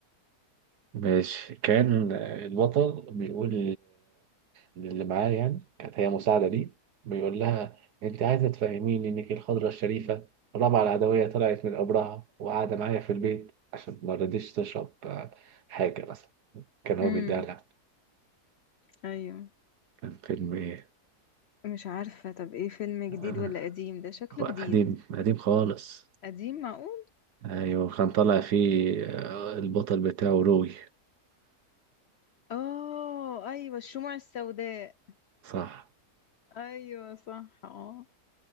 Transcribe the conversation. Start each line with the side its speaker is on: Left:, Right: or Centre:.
Right: ماشي كان آه، البطل بيقول اللي معاه يعني كانت هي مساعدة ليه بيقول لها انت عايزة تفهميني انك الخضرة الشريفة رابعة العدوية طلعت من قبرها وقاعدة معايا في البيت عشان ما رضيتش تشرب آه، حاجة مثلا كان هو
Left: امم
Right: بيديها لها
Left: ايوه
Right: كان فيلم ايه
Left: مش عارفة طب ايه فيلم جديد
Right: آه،
Left: ولا قديم ده شكله
Right: هو قديم
Left: جديد
Right: قديم خالص
Left: قديم معقول
Right: ايوه كان طالع فيه آه، البطل بتاعه روي
Left: اه ايوه الشموع السوداء
Right: صح
Left: ايوه صح اه